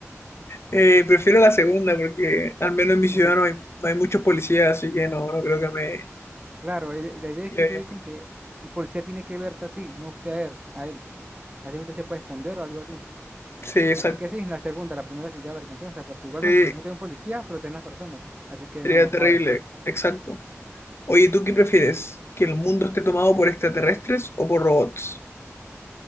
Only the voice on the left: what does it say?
Eh, prefiero la segunda porque al menos en mi ciudad
no hay, no hay muchos policías, así que no, no creo que me
llevaría
mucho.
Sí, exacto.
Sí,
sería
terrible.
Exacto. Oye, ¿tú qué prefieres? ¿Que el mundo esté tomado por extraterrestres o por robots?